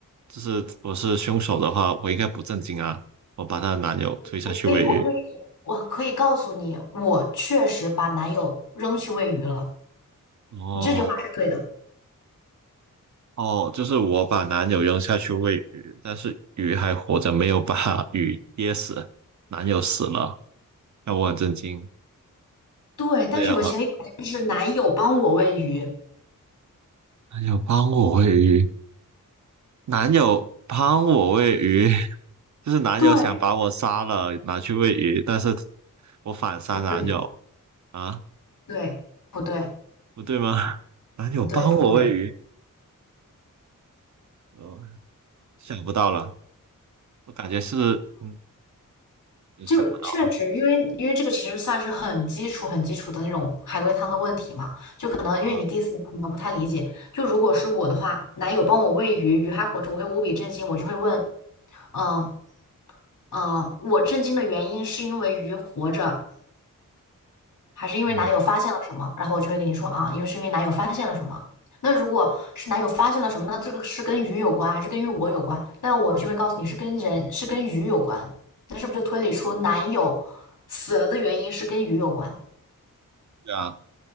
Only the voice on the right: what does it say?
就是我是凶手的话，我应该不震惊啊！我把她的男友推下去喂鱼。
哦
哦，就是我把男友扔下去喂鱼，但是鱼还活着，没有把 <laughs> 鱼噎死，男友死了，那我很震惊。
这样吗？男友帮我喂鱼，男友帮我喂鱼。就是男友想把我杀了，
拿去喂鱼，但是我反杀男友
啊，
不对吗？<laughs> 男友帮我喂鱼，
哦，想不到了，我感觉是，嗯，我想不到
了，
嗯，
对啊，